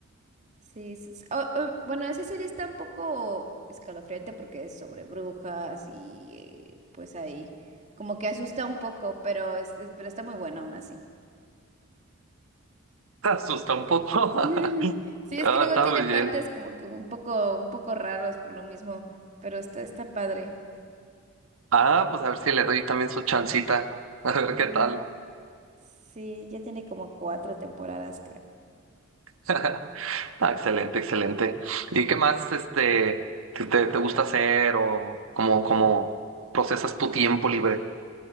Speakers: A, on the right; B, on the right.
A: Sí, s- s- o- o, bueno, esa serie está un poco escalofriante porque es sobre brujas y eh, pues ahí como que asusta un poco, pero, este, pero está muy buena aún así.
B: <laughs> Te asusta un poco. <laughs>
A: <laughs> Sí, es
B: Ah,
A: que luego
B: está
A: tiene
B: muy
A: partes
B: bien.
A: como que un poco, un poco raros por lo mismo, pero está, está padre.
B: Ah, pues a ver si le doy también su chancita. <laughs> A ver
A: Sí.
B: qué tal.
A: Sí, ya tiene como cuatro temporadas, creo.
B: <laughs> Ah, excelente, excelente. ¿Y qué más, este, te te, te gusta hacer o cómo, cómo procesas tu tiempo libre?